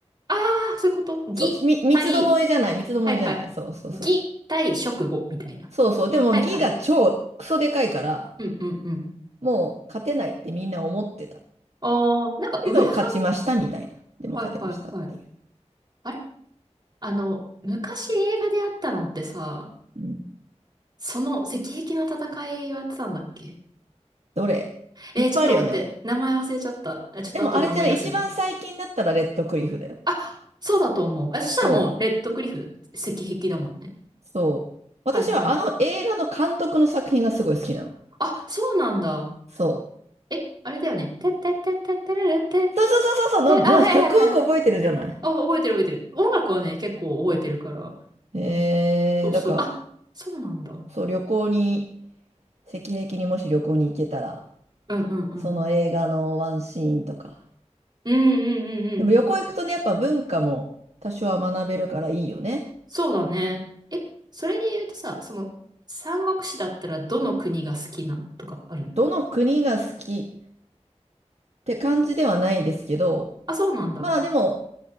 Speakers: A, on the right; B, on the right.
A: ああー、そういうこと。魏対、
B: そう、み、三つどもえじゃない、三つどもえじゃない。
A: はいはい。
B: そうそうそう。
A: 魏対蜀呉みたいな。
B: そうそう。でも義が超クソでかいから、
A: はいはい。うんうんうん。
B: もう勝てないってみんな思ってた。
A: ああ、なんか上半、
B: けど、勝ちましたみたいな。でも勝てましたっていう。
A: はいはいはい。あれあの、昔映画であったのってさ、
B: うん。
A: その石壁の戦いをやってたんだっけ
B: どれいっぱいあるよね。
A: えー、ちょっと待って。名前忘れちゃった。え、ちょっと後で思い出すね。
B: でもあれじゃない、一番最近だったらレッドクリフだよ。
A: あ、そうだと思う。え、そしたらもう、
B: そう。
A: レッドクリフ、石壁だもんね。
B: そう。私はあの映画の監督の作品がすごい好きなの。
A: はいはい。あ、そうなんだ。
B: そう。
A: え、あれだよね。てってってってってれれってっ
B: そうそうそうそうそう、
A: て、あ、
B: な、
A: はいはいはい。
B: な、曲よく覚えてるじゃない。
A: あ、覚えてる覚えてる。音楽はね、結構覚えてるから。
B: えー、
A: そうそう。
B: だから、
A: あ、そうなんだ。
B: そう、旅行に、赤壁にもし旅行に行けたら、
A: うんうんうん。
B: その映画のワンシーンとか。
A: うんうんうんうん。
B: でも旅行行くとね、やっぱ文化も多少は学べるからいいよね。
A: そうだね。え、それで言うとさ、その、三国志だったらどの国が好きなのとかあるの
B: どの国が好きって感じではないですけど、
A: あ、そうなんだ。
B: まあでも、